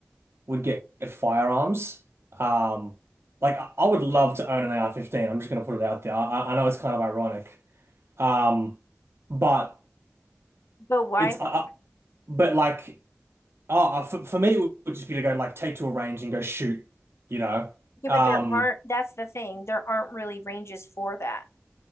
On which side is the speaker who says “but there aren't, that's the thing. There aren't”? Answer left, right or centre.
Left